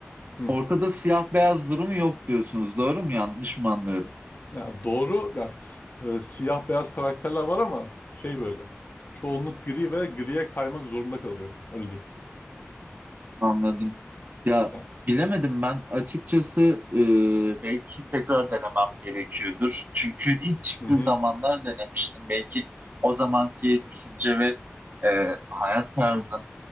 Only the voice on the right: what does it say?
ortada siyah beyaz durumu yok diyorsunuz. Doğru mu? Yanlış mı anlıyorum?
Anladım. Ya
bilemedim ben açıkçası e, belki tekrar denemem gerekiyordur. Çünkü ilk çıktığı
zamanlar denemiştim. Belki o zamanki düşünce ve e, hayat tarzım